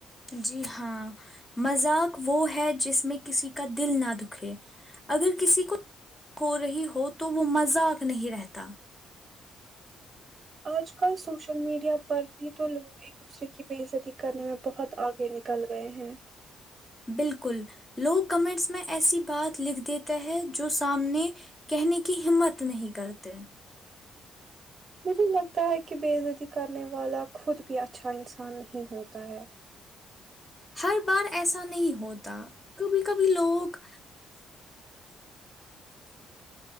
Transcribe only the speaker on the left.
جی ہاں مذاق وہ ہے جس میں کسی کا دل نہ دکھے اگر کسی کو ہو رہی ہو تو وہ مذاق نہیں رہتا
بالکل لوگ کمنٹس میں ایسی بات لکھ دیتے ہیں جو سامنے کہنے کی ہمت نہیں کرتے
ہر بار ایسا نہیں ہوتا کبھی کبھی لوگ